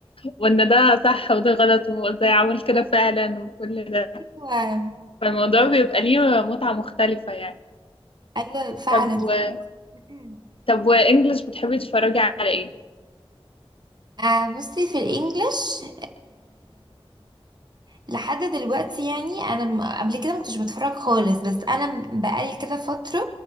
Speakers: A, on the left; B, on the right.
A: وان ده صح وده غلط وهو ازاي عمل كده فعلا وكل ده
B: ايوه
A: فالموضوع بيبقى ليه متعه مختلفه يعني
B: أيوة، فعلا
A: طب و...
B: <clears throat>
A: طب وانجلش بتحبي تتفرجي على ايه؟
B: آه بصي في الانجليش لحد دلوقتي يعني انا م- قبل كده ما كنتش بتفرج خالص بس انا م- بقالي كده فتره